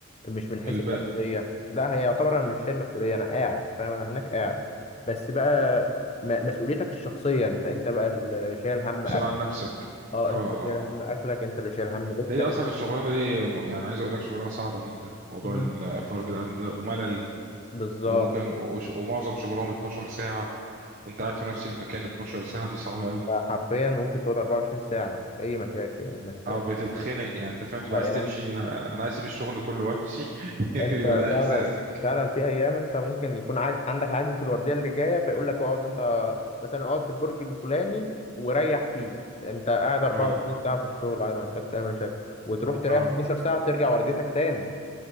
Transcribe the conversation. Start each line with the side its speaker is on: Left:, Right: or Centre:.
Left: مش من حيث
Right: الباء
Left: المسؤوليه لا هي يعتبر انا مش شايل مسؤوليه انا قاعد فاهم انا هناك قاعد بس بقى م- مسؤوليتك الشخصيه انت انت بقى اللي شايل هم
Right: بسرعة
Left: اكل
Right: عن نفسك
Left: اه
Right: اه
Left: انت اللي
Right: اه
Left: شايل هم اكلك انت اللي شايل هم لبسك
Right: هي اصلا
Left: انت
Right: الشغلانه دي م- يعني عايز اقول لك شغلانه صعبه جدا موضوع
Left: مم.
Right: ال- فرد الامن ده وملل
Left: بالظبط
Right: وممكن وش- ومعظم شغلهم 12 ساعه وانت قاعد في نفس المكان 12 ساعه دي صعبه قوي
Left: حرفيا ممكن تقعد 24 ساعة مفيش أي مشاكل إنك
Right: اه بتتخنق يعني انت فاهم تبقى
Left: اه
Right: عايز
Left: يعني
Right: تمشي آه، انا عايز اسيب الشغل كله وامشي <laughs>
Left: أنت
Right: يبقى ده
Left: فعلا
Right: احساسك
Left: فعلا في أيام أنت ممكن يكون عاج... عندك عجز في الوردية اللي جاية فيقول لك اقعد أنت مثلا اقعد في البرج الفلاني وريح فيه أنت قاعد 24
Right: اه
Left: ساعة في الشغل عادي ما عندكش أي مشاكل وتروح تريح
Right: اه
Left: 12 ساعة وترجع ورديتك تاني